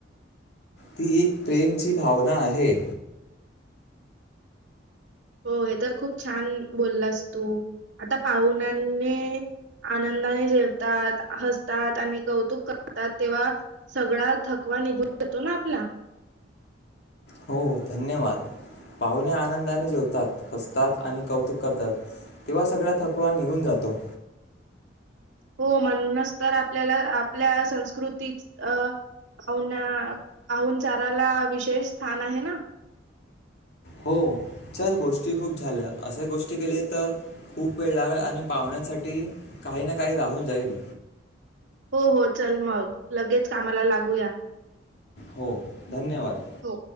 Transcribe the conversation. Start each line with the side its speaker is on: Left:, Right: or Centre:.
Left: ती एक प्रेमची भावना आहे
Right: हो हे तर खूप छान बोललंस तू आता पाहुनांने आनंदाने जेवतात हसतात आणि कौतुक करतात तेव्हा सगळा थकवा निघून जातो ना आपला
Left: हो धन्यवाद पाहुणे आनंदाने जेवतात हसतात आणि कौतुक करतात तेव्हा सगळा थकवा निघून जातो
Right: हो म्हणणच तर आपल्याला आपल्या संस्कृती अ पाहुना पाहन चाराला विशेष स्थान आहे ना
Left: हो चल गोष्टी खूप झाल्या असे गोष्टी केल्या तर खूप वेळ लागेल आणि पाहुण्यांसाठी काही ना काही राहून जाईल
Right: हो हो चल मग लगेच कामाला लागूया
Left: हो धन्यवाद
Right: हो